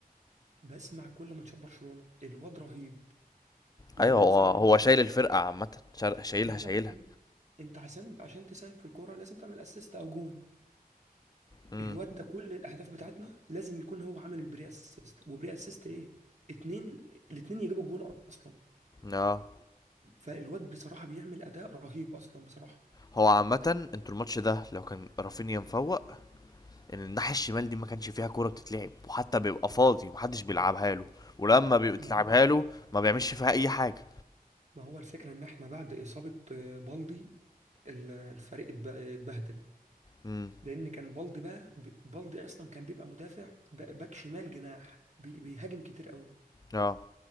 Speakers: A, on the right; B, on the left.
A: بسمع كل ماتشات برشلونة الواد رهيب يعني
B: ايوه
A: أنت
B: هو
A: مثلا إيه
B: هو شايل الفرقه عامه شا- شايلها
A: بالظبط
B: شايلها
A: أن- أنت عشان عشان تساهم في الكورة لازم تعمل أسيست أو جون
B: امم
A: الواد ده كل الأهداف بتاعتنا لازم يكون هو عامل البري أسيست وبري أسيست إيه؟ اتنين الاتنين يجيبوا الجون اصلا
B: اه
A: فالواد بصراحة بيعمل أداء رهيب أصلا بصراحة
B: هو عامة انتوا الماتش ده لو كان رافينيا مفوق ان الناحية الشمال دي ما كانش فيها كورة بتتلعب وحتى بيبقى فاضي ومحدش بيلعبها له ولما بيتلعبها
A: ما هو
B: له ما بيعملش فيها أي حاجة
A: ما هو الفكرة إن إحنا بعد إصابة آه، بالدي ال- الفريق اتب- اتبهدل
B: امم
A: لأن كان بالدي بقى بالدي أصلا كان بيبقى مدافع ب- باك شمال جناح بي- بيهاجم كتير قوي
B: اه